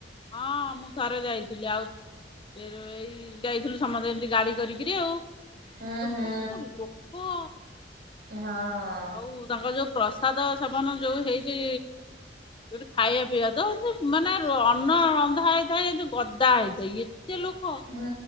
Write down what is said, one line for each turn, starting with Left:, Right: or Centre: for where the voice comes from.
Left: ହଁ ମୁଁ ଥରେ ଯାଇଥିଲି ଆଉ ଏ ଏଇ ଯାଇଥିଲୁ ସମସ୍ତେ ଏମତି ଗାଡି କରିକିରି ଆଉ। ଇ
Right: ହୁଁ
Left: ଲୋ
Right: ହୁଁ
Left: ବୋପା ଲୋ ଏ ଯଉ ଲୋକ।
Right: ହଁ।
Left: ଆଉ ତାଙ୍କର ଯୋଉ ପ୍ରସାଦ ସେବନ ଯୋଉ ହେଇଛି ଯୋଉଠି ଖାଇବା ପିଇବା ତ ଏତି ମାନେ ଅନ୍ନ ରନ୍ଧା ହେଇଥାଏ ଏମତି ଗଦା ହେଇଥାଏ ଏତେ ଲୋକ।
Right: ହୁଁ